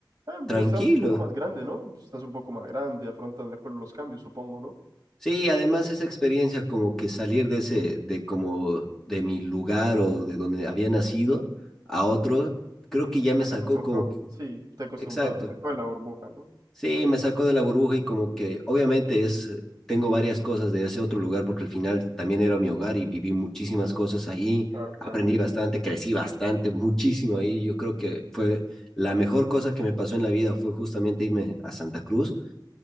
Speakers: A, on the right (about 40°); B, in the centre.
A: ah,
B: tranquilo.
A: pues estás un poco más grande, ¿no? Estás un poco más grande, afrontas mejor los cambios, supongo, ¿no?
B: Sí, además esa experiencia como que salir de ese, de como de mi lugar o de donde había nacido a otro, creo que ya me
A: Ya
B: sacó
A: te acostumbró,
B: como que,
A: sí, te acostumbró,
B: exacto.
A: te sacó de la burbuja, ¿no?
B: Sí, me sacó de la burbuja y como que obviamente es, eh, tengo varias cosas de ese otro lugar porque al final también era mi hogar y viví muchísimas cosas ahí,
A: Claro, claro.
B: aprendí bastante, crecí bastante, muchísimo ahí. Yo creo que fue la mejor cosa que me pasó en la vida fue justamente irme a Santa Cruz